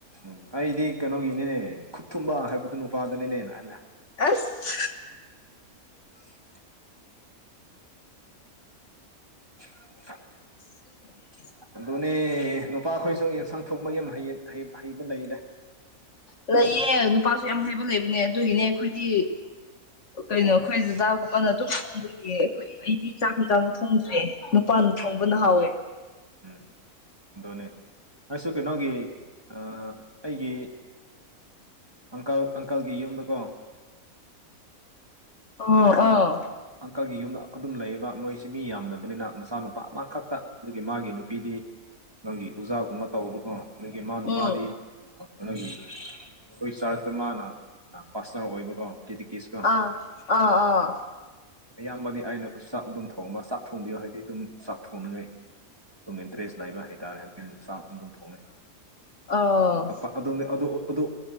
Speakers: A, on the right (about 15°); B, on the left (about 55°).
A: ꯎꯝ ꯑꯩꯗꯤ ꯀꯩꯅꯣꯒꯤꯅꯦ ꯈꯨꯠ ꯊꯨꯝꯕꯥ ꯍꯥꯏꯕꯗꯨ ꯅꯨꯄꯥꯗꯨꯅꯤꯅꯦꯅ ꯑꯩꯅ ꯍꯥꯏ
B: ꯑꯁ
A: <unintelligible> <unintelligible>
B: <unintelligible>
A: ꯑꯗꯨꯅꯦ ꯅꯨꯄꯥꯈꯣꯏꯁꯨ ꯌꯦꯟꯁꯥꯡ ꯊꯣꯡꯕ ꯌꯥꯝ ꯍꯩꯕ ꯂꯩꯔꯦ
B: ꯎ ꯂꯩꯌꯦ ꯅꯨꯄꯥꯁꯨ ꯌꯥꯝ ꯍꯩꯕ ꯂꯩꯕꯅꯦ ꯑꯗꯨꯒꯤꯅꯦ ꯑꯩꯈꯣꯏꯗꯤ ꯀꯩꯅꯣ ꯑꯩꯈꯣꯏ ꯖꯗꯥꯒꯨꯝꯕꯅ ꯑꯗꯨꯝ ꯊꯣꯡꯕꯒꯤ ꯑꯩꯈꯣꯏ ꯑꯩꯗꯤ ꯆꯥꯛ ꯌꯦꯟꯖꯥꯡ ꯊꯣꯡꯗ꯭ꯔꯦ ꯄꯟ ꯊꯣꯡꯕꯅ
A: ꯎꯝ
B: ꯍꯥꯎꯋꯦ
A: ꯎꯝ ꯎꯝ ꯑꯗꯨꯅꯦ ꯑꯩꯁꯨ ꯀꯩꯅꯣꯒꯤ ꯑꯩꯒꯤ ꯑꯪꯀꯜ ꯑꯪꯀꯜꯒꯤ ꯌꯨꯝꯗꯀꯣ
B: ꯑꯣ
A: ꯑꯗꯨꯝ
B: ꯑꯣ
A: ꯑꯪꯀꯜꯒꯤ ꯌꯨꯝꯗ ꯑꯗꯨꯝ ꯂꯩꯌꯦꯕ ꯃꯣꯏꯁꯤ ꯃꯤ ꯌꯥꯝꯅꯕꯅꯤꯅ ꯃꯆꯥꯅꯨ ꯅꯨꯄꯥ ꯑꯃꯈꯛꯇ ꯑꯗꯨꯒꯤ ꯃꯥꯒꯤ ꯅꯨꯄꯤꯗꯤ ꯅꯣꯏꯒꯤ ꯎꯖꯥꯒꯨꯝꯕ ꯇꯧꯕ ꯀꯣ ꯑꯗꯒꯤ ꯏꯃꯥ ꯅꯨꯨꯄꯥꯗꯤ
B: ꯎꯝ
A: ꯅꯪꯒꯤ ꯑꯩꯈꯣꯏ ꯆꯥꯔꯖꯇ ꯃꯥꯅ ꯄꯥꯁ ꯇꯧꯔꯛꯑꯣꯏꯕꯀꯣ ꯦꯁꯀ
B: ꯑꯥ ꯑꯥ ꯑꯥ
A: ꯑꯌꯥꯝꯕꯗꯤ ꯑꯥꯏꯅ ꯆꯥꯛ ꯑꯗꯨꯝ ꯊꯣꯡꯕ ꯆꯥꯛ ꯊꯣꯡꯕꯤꯌꯣ ꯍꯥꯏꯗꯤ ꯑꯗꯨꯝ ꯆꯥꯛ ꯊꯣꯡꯅꯤꯡꯉꯥꯏ ꯑꯗꯨꯝ ꯏꯟꯇꯔꯦꯁ ꯅꯥꯏꯕ ꯍꯥꯏꯇꯥꯔꯦ ꯑꯗꯨ ꯆꯥꯛ ꯑꯗꯨꯝ ꯊꯣꯡꯅꯩ
B: ꯑ
A: ꯑꯗꯨ